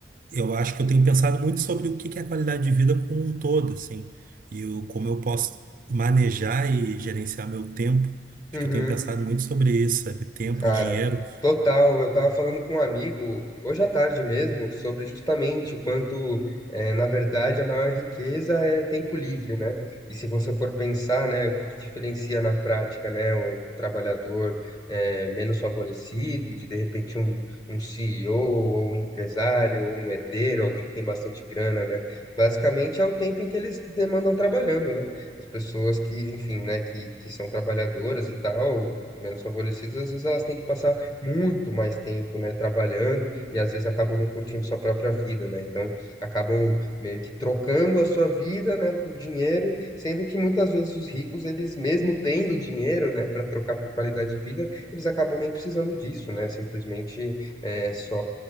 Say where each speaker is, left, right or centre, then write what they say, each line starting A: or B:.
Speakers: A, on the right (about 50°); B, on the left (about 25°).
A: eu acho que eu tenho pensado muito sobre o que que é a qualidade de vida como um todo, assim, e o, como eu posso manejar e gerenciar meu tempo. Acho
B: Uhum.
A: que eu tenho pensado muito sobre isso, sabe? Tempo
B: Cara,
A: e dinheiro.
B: total. Eu tava falando com um amigo hoje à tarde mesmo sobre justamente o quanto, eh, na verdade, a maior riqueza é tempo livre, né? E se você for pensar, né, o que que diferencia na prática, né, um trabalhador, eh, menos favorecido, de de repente um, um CEO ou um empresário ou um herdeiro, alguém que tem bastante grana, né? Basicamente é o tempo em que eles demandam trabalhando, né? As pessoas que, enfim, né, que, que são trabalhadoras e tal menos favorecidas, às vezes elas têm que passar muito mais tempo, né, trabalhando e às vezes acabam não curtindo sua própria vida, né? Então acabam meio que trocando a sua vida, né, por dinheiro, sendo que muitas vezes os ricos, eles mesmo tendo dinheiro, né, para trocar por qualidade de vida, eles acabam nem precisando disso, né? Simplesmente é, só,